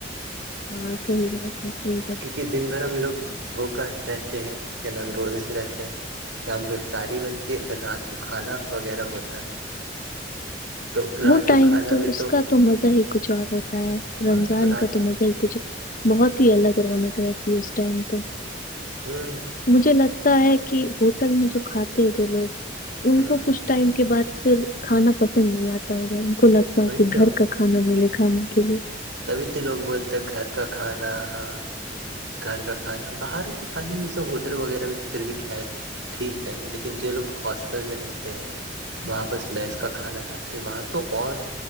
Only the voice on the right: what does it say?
کیونکہ دن بھر ہم لوگ وہ کر رہتے ہیں کیا ن ہم روزے سے رہتے ہیں شام کو افطاری بنتی ہے پھر رات کو کھانا وغیرہ ہوتا ہے
تو رات
کو کھانا
میں
ہاں
رات
کو
ہوں
ہوں
وہی
تو
تبھی تو لوگ بولتے ہیں گھر کا کھانا ہاں گھر کا کھانا باہر کے کھانے میں س ہو ہل وغیرہ میں تو پھر بھی خیر ٹھیک ہے لیکن جو لوگ ہاسٹل میں رہتے ہیں وہاں بس میس کا کھانا کھاتے ہیں وہاں تو اور